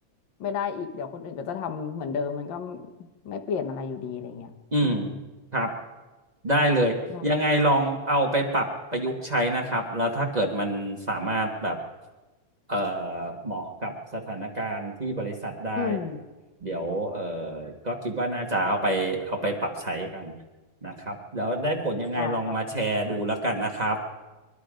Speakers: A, on the left; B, on the right.
A: ไม่ได้อีกเดี๋ยวคนอื่นก็จะทำเหมือนเดิมมันก็ไม่เปลี่ยนอะไรอยู่ดีอะไรเงี้ยอืม
B: อืมครับได้เลยยังไงลองเอาไปปรับประยุกต์ใช้นะครับแล้วถ้าเกิดมันสามารถแบบ
A: ได้
B: เอ่อเหมาะกับสถานการณ์ที่บริษัทได้
A: อืม
B: เดี๋ยวเอ่อก็คิดว่าน่าจะเอาไปเอาไปปรับใช้กันนะครับแล้วได้ผลยังไงลองมาแชร์ดูแล้วกันนะครับ
A: ได้ค่ะเดี๋ยว